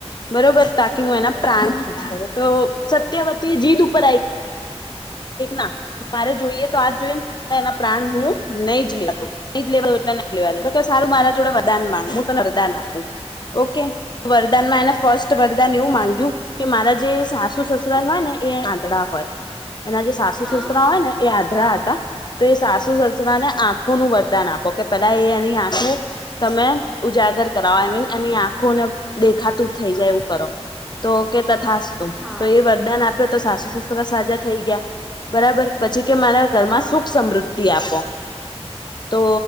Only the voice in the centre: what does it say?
છોરી
દે
હા
હમ
હા
હા
હા
હા